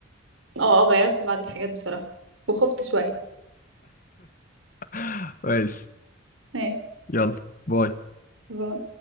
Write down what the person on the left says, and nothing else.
<laughs> ماشي
يلا باي